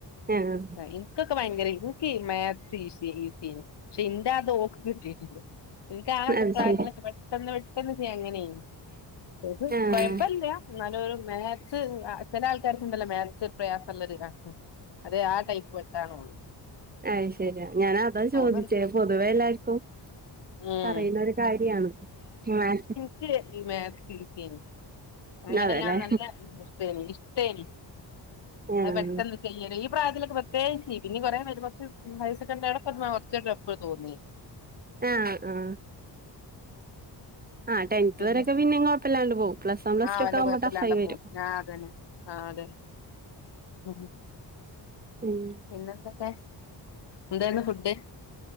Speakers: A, on the right; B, on the left.
A: ആഹ്
B: ഇനിക്കൊക്കെ ഭയങ്കരെനു ഇന്കി മാത്‍സ് ഈസി എയ്നി പക്ഷെ ന്റെ ആത് ഓൾക്ക് കിട്ടീട്ടില്ല. ഇന്ക്ക് ആ
A: അത്
B: പ്രായത്തിലൊക്കെ
A: ശരി
B: പെട്ടെന്ന് പെട്ടെന്ന് ചെയ്യാം അങ്ങനെയ്നി ഓൾക്ക്
A: ആഹ്
B: കൊഴപ്പല്ല ന്നാലും ഓൾക്കൊരു മാത്‍സ് ആ ചെലെ ആൾക്കാർ ക്കുണ്ടല്ലോ ഇണ്ടല്ലോ മാത്‍സ് ഒരു പ്രയാസം ഉള്ളര് ആഹ് അതെ ആ ടൈപ്പ് പെട്ടാണ് ഓൾ.
A: അയ് ശെരി ഞാൻ അതാ
B: തോന്ന്ണ്ട്
A: ചോദിച്ചേ പൊതുവേ എല്ലാർക്കും
B: ഉം
A: പറയുന്ന ഒര് കാര്യാണ് മാത്‍സ്.
B: ന്ക്ക് മാത്‍സ് ഈസി എയ്നി. അങ്ങനെല്ലാ
A: അതെല്ലേ
B: നല്ല ഇഷ്ട്ടേനി ഇഷ്ട്ടേനി
A: ആഹ്
B: അത് പെട്ടെന്ന് ചെയ്യും ഈ പ്രായത്തിലൊക്കെ പ്രത്യേകിച്ച് പിന്നെ കോറേ വേരും പക്ഷെ ഹയർസെക്കൻഡറിടക്കെ കുറച്ചൊരു ട്ടഫ് തോന്നി
A: ആഹ് ആഹ് ആഹ് ട്ടെൻത്തു
B: പിന്നെ
A: വരൊക്കെ പിന്നിം കുഴപ്പല്ലാണ്ട് പോവും പ്ലസ് വൺ പ്ലസ്
B: ആഹ്
A: ടു
B: വല്ല
A: ഒക്കെ ആവുമ്പ
B: കൊഴപ്പല്ലാണ്ട
A: ടെഫ് ആയി വരും
B: പോവും ആഹ് അതന്നെ ആഹ് അതെ ഉം ഹ്
A: ഉം
B: പിന്നെന്തൊക്കെ എന്തേനി ഫുഡ്‌